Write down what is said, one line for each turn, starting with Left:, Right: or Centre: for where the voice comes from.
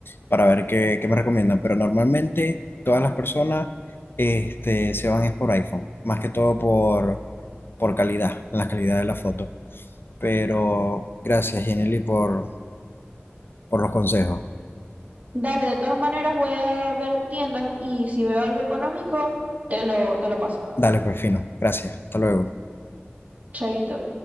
Left: para ver qué, qué me recomiendan. Pero normalmente todas las personas este, se van es por iPhone, más que todo por, por calidad, la calidad de la foto. Pero gracias, Jenny, por, por los consejos.
Right: Dale, de todas maneras voy a ver tiendas y si veo algo económico, te lo, te lo paso.
Left: Dale, pues fino. Gracias. Hasta luego.
Right: Chaito.